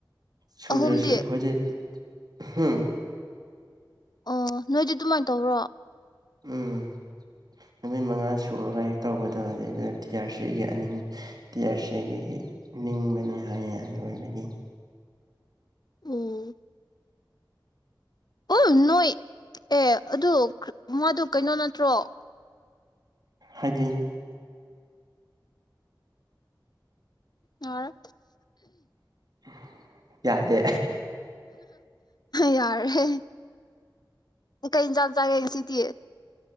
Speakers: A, on the right; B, on the left.
A: ꯁꯨꯗ꯭ꯔꯦꯁꯨ
B: ꯑꯍꯨꯝꯗꯤ
A: ꯈꯣꯖꯤꯦ ꯍꯝ
B: ꯑꯣ ꯅꯣꯏꯗꯤ ꯑꯗꯨꯃꯥꯏꯅ ꯇꯧꯕ꯭ꯔꯣ
A: ꯎꯝ ꯅꯨꯃꯤꯠ ꯃꯉꯥ ꯁꯨꯔꯒꯦꯛ ꯇꯧꯕꯗꯣ ꯑꯗꯨꯗꯨ ꯇꯤ ꯑꯥꯔ ꯁꯤꯒꯤ ꯑꯅꯤꯡ ꯇꯤ ꯑꯥꯔ ꯁꯤꯒꯤ ꯅꯤꯡꯕꯅꯤ ꯍꯥꯏꯌꯦꯦ ꯑꯗꯨ ꯑꯣꯏꯕꯒꯤ
B: ꯎꯝ ꯎ ꯅꯣꯏ ꯑꯦ ꯑꯗꯨ ꯃꯥꯗꯨ ꯀꯩꯅꯣ ꯅꯠꯇ꯭ꯔꯣ
A: ꯍꯥꯏꯗꯤ
B: ꯌꯥꯔ
A: <inaudible> ꯌꯥꯗꯦ
B: ꯌꯥꯔ ꯍꯦ ꯀꯩ ꯏ ꯆꯥꯡ ꯆꯒꯦ ꯁꯤ ꯇ